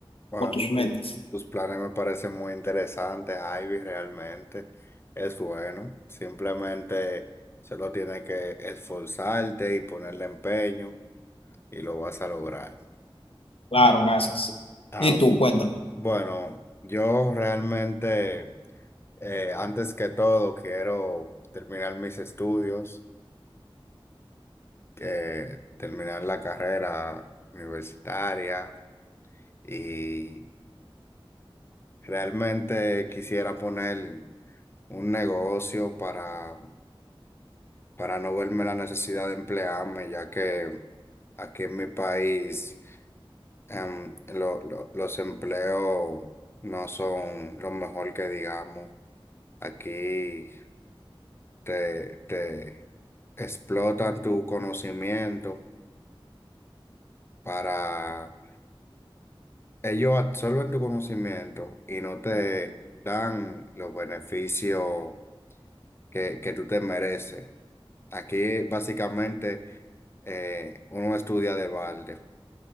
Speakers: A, on the left; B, on the left.
A: Bueno,
B: o tus metas.
A: tu- tus planes me parecen muy interesantes, Ivy, realmente. Es bueno. Simplemente solo tienes que esforzarte y ponerle empeño. y lo vas a lograr.
B: Claro, gracias.
A: Am,
B: Y tú, cuéntame.
A: bueno, yo realmente, eh, antes que todo, quiero terminar mis estudios, que terminar la carrera universitaria y realmente quisiera poner un negocio para para no verme la necesidad de emplearme, ya que aquí en mi país em, lo- lo- los empleos no son lo mejor que digamos. Aquí te, te explotan tu conocimiento para ellos absorben tu conocimiento y no te dan los beneficios que, que tú te mereces. Aquí básicamente eh, uno estudia de balde,